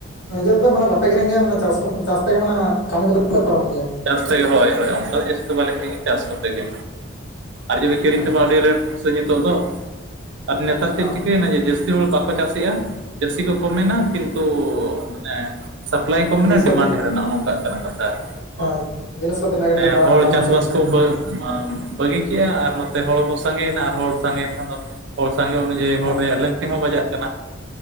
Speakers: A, on the left; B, on the right.
A: ᱱᱤᱡᱮ ᱛᱮᱫᱚ ᱢᱟᱱᱮ ᱵᱟᱯᱮ ᱠᱤᱨᱤᱧ ᱜᱮᱭᱟ ᱢᱟᱱᱮ ᱪᱟᱥ ᱵᱟᱜ ᱪᱟᱥ ᱛᱮᱜᱮ ᱢᱟᱱᱮ ᱠᱟᱹᱢᱤ ᱠᱚᱫᱚ ᱯᱮ ᱯᱟᱨᱚᱢ ᱜᱮᱭᱟ ᱾
B: ᱪᱟᱥ ᱛᱮᱜᱮ ᱦᱚᱭ ᱦᱚᱭ ᱚᱱᱠᱟ ᱫᱚ ᱡᱟᱹᱥᱛᱤ ᱫᱚ ᱵᱟᱞᱮ ᱠᱤᱨᱤᱧᱟ ᱪᱟᱥ ᱠᱚᱛᱮ ᱜᱮ᱾ ᱟᱨ ᱡᱩᱫᱤ ᱠᱤᱨᱤᱧ
A: ᱦᱮᱸ
B: ᱛᱮᱢᱟ ᱟᱹᱰᱤ ᱨᱮᱴ ᱥᱮ ᱱᱤᱛᱚᱜ ᱫᱚ ᱟᱨ ᱱᱮᱛᱟᱨ
A: ᱦᱮᱸ
B: ᱪᱮᱫ ᱪᱤᱠᱟᱹᱭᱱᱟ ᱡᱮ ᱡᱟᱹᱥ ᱛᱤ ᱦᱚᱲ ᱵᱟᱠᱚ ᱪᱟᱥᱮᱜ-ᱟ ᱪᱟᱹᱥᱤ ᱠᱚ ᱠᱚᱢ ᱢᱮᱱᱟ ᱠᱤᱱᱛᱩ ᱢᱟᱱᱮ ᱥᱟᱯᱞᱟᱭ ᱠᱚᱢ ᱢᱮᱱᱟ
A: ᱡᱤᱱᱤᱥ
B: ᱰᱤᱢᱟᱱᱰ
A: ᱯᱟᱹᱛᱤ
B: ᱰᱷᱮᱨ ᱮᱱᱟ ᱨᱮᱱᱟ ᱱᱚᱝᱠᱟᱜ ᱠᱟᱱᱟ ᱠᱟᱛᱷᱟ᱾ ᱦᱚᱭ
A: ᱦᱮᱸ ᱡᱤᱱᱤᱥ ᱯᱟᱹᱛᱤ ᱨᱮᱱᱟᱜ
B: ᱢᱟᱱᱮ
A: ᱠᱟᱹᱴᱤᱡ ᱫᱟᱢ
B: ᱦᱚᱲ
A: ᱫᱟᱢ
B: ᱪᱟᱥᱼᱵᱟᱥ
A: ᱛᱟᱦᱮᱸ ᱞᱮᱱᱟ
B: ᱠᱚᱫᱚ ᱢᱟᱢ ᱵᱟᱹᱜᱤ ᱠᱮᱫ-ᱟ ᱟᱨ ᱱᱚᱛᱮ ᱦᱚᱲ ᱵᱚ ᱥᱟᱸᱜᱮᱭ ᱮᱱᱟ ᱟᱨ ᱦᱚᱲ ᱥᱟᱸᱜᱮᱭᱮᱱ ᱠᱷᱟᱱ ᱫᱚ ᱦᱚᱲ ᱥᱟᱸᱜᱮ ᱚᱱᱩᱡᱟᱭᱤ
A: ᱦᱮᱸ
B: ᱦᱚᱲ ᱨᱮᱭᱟᱜ ᱞᱟᱹᱠᱛᱤ ᱦᱚᱸ ᱵᱟᱡᱟᱜ ᱠᱟᱱᱟ᱾